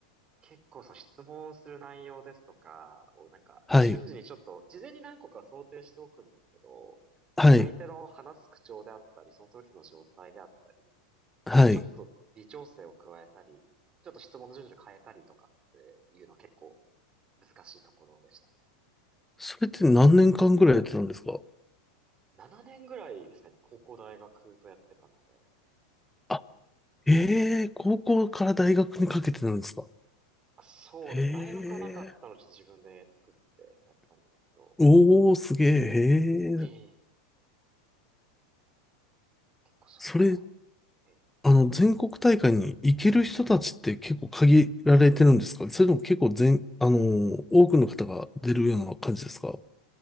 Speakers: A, on the right (about 30°); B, in the centre.
A: 結構その質問する内容ですとかをなんか瞬時にちょっと事前に何個か想定しておくんですけど、
B: い、はい、
A: 相手の話す口調であったり、その時の状態であったり、
B: はい。
A: そしてちょっと微調整を加えたり、ちょっと質問の順序を変えたりとかっていうのは結構難しいところでしたね。
B: それって何年間ぐらいやってたんですか
A: 7年ぐらいですね、高校大学とやってたので。
B: あ、へえ、高校から大学にかけてなんですか
A: あそうです。
B: へえ、
A: 大学はなかったのでちょっと自分で作ってやったんですけど、
B: おー、すげえ、
A: ええ
B: へえ。
A: 結構そういう意味では、
B: それ、
A: ええ
B: あの、全国大会に行ける人たちって結構限られてるんですかそれとも結構全、あの多くの方が出るような感じですかう